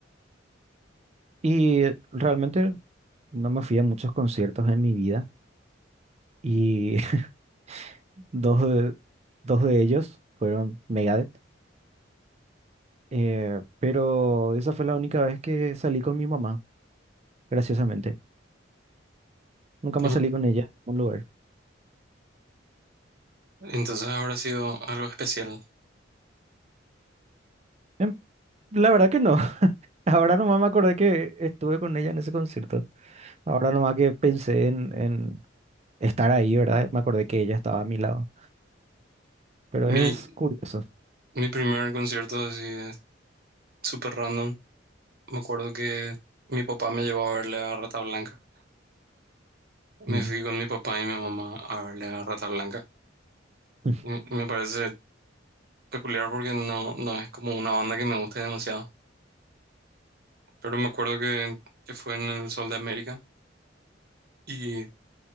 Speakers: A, on the right; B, on the right.
A: Y realmente no me fui a muchos conciertos en mi vida. Y <laughs> dos de, dos de ellos fueron Megadeth. Eh, pero esa fue la única vez que salí con mi mamá, graciosamente. Nunca
B: Sí.
A: más salí con ella en ningún lugar.
B: Entonces habrá sido algo especial.
A: Em, La verdad que no. <laughs> Ahora nomás me acordé que estuve con ella en ese concierto. Ahora nomás que pensé en, en estar ahí, ¿verdad? Me acordé que ella estaba a mi lado. Pero
B: Mi,
A: es curioso.
B: mi primer concierto así es súper random. Me acuerdo que mi papá me llevó a verle a Rata Blanca.
A: Mm.
B: Me fui con mi papá y mi mamá a verle a Rata Blanca.
A: <laughs>
B: Y me parece peculiar porque no, no es como una banda que me guste demasiado. Pero me acuerdo que, que fue en el Sol de América y